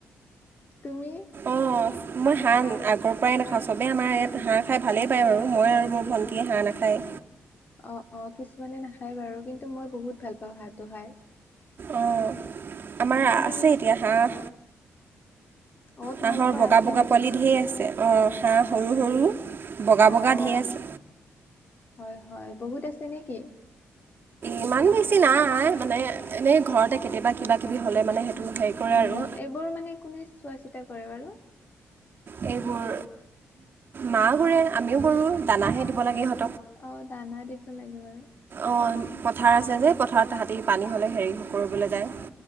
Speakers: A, on the left; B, on the right.
A: তুমি
B: অ',
A: হয়।
B: মই হাঁহ আগৰ পৰাই নাখাওঁ চবেই আমাৰ ইয়াত হাঁহ খাই ভালেই পায় বাৰু মই আৰু মোৰ ভণ্টীয়ে হাঁহ নাখায়।
A: অ অ কিছুমানে নাখায় বাৰু কিন্তু মই বহুত ভাল পাওঁ হাঁহটো খাই।
B: আহ আমাৰ
A: মানে
B: আছে
A: কি
B: এতিয়া হাঁহ।
A: অ', তোমালোকৰ
B: হাঁহৰ বগা
A: আছে
B: বগা
A: নেকি?
B: পোৱালি ঢেৰ আছে। অঁ হাঁহ সৰু সৰু
A: অ
B: বগা
A: অ
B: বগা
A: অ
B: ঢেৰ আছে
A: হয়। হয়। বহুত আছে নে কি?
B: ইমান বেছি নাই মানে এনেই ঘৰতে কেতিয়াবা কিবা কিবি হলে মানে। হেৰি কৰে
A: উম
B: আৰু
A: উম এইবোৰ মানে কোনে চোৱা চিতা কৰে বাৰু।
B: এইবোৰ মা কৰে আমিও কৰোঁ দানাহে দিব লাগে সঁত।
A: অ দানা দিব লাগে বাৰু।
B: অঁ পথাৰ আছে যে পথাৰত তাহাঁতি পানী হ'লে হেৰি কৰিবলৈ যায়।